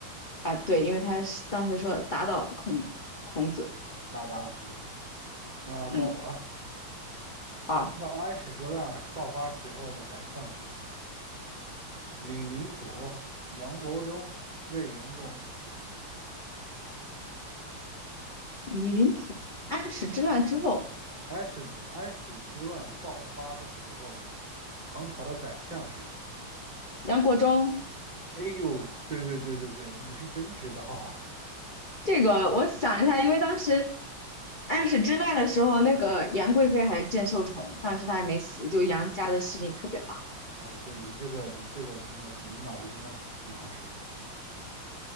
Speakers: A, on the left; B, on the right.
A: 啊，对，因为他是当时说打倒孔孔子。
B: 大大的孔子。那该我啊，
A: 嗯，
B: 唐朝安史之乱爆发时候的宰相是谁？
A: 好，
B: 李林甫、杨国忠、魏元忠。
A: 李林甫安史之乱之后，
B: 安史之安史之乱爆发的时候，唐朝的宰相是谁？
A: 杨国忠
B: 哎呦，对对对对对，你是真知道啊！
A: 这个我想一下，因为当时安史之乱的时候，那个杨贵妃还正受宠，当时她还没死，就杨家的势力特别大。
B: 哦，对你这个你这个真的是，你脑子真的挺好使的。